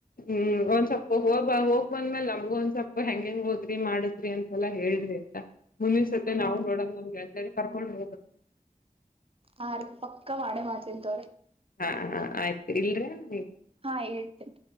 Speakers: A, on the left; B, on the right.
A: ಹ್ಮ್, ಒಂದ್ ಸ್ವಪ್ಪ ಹೋಗ್ ಬಂದ, ಹೋಗ್ ಬಂದ್ಮೇಲ್ ನಮ್ಗು ಒಂದ್ ಸ್ವಲ್ಪ ಹೆಂಗೆಂಗ್ ಹೋದ್ರಿ ಮಾಡುದ್ರಿ ಅಂತೆಲ್ಲ ಹೇಳ್ರಿ.
B: ಅನಿಂಟೆಲಿಜಬಲ್ <inaudible>
A: ಮುಂದಿಸ್ಸತಿ ನಾವು ನೋಡಂಗ ನಮ್ಗೆಲ್ಲರಿಗೂ ಕರ್ಕೊಂಡ್ ಹೋಗ-
B: ಹಾ ರಿ ಪಕ್ಕಾ ಮಾಡೆೆ ಮಾಡ್ ತಿನಿತಗೋರಿ.
A: ಹಾ ಹಾ ಆಯ್ತು ಇಲ್ರೆನ್ರಿ
B: ಹಾ ಇಡ ರಿ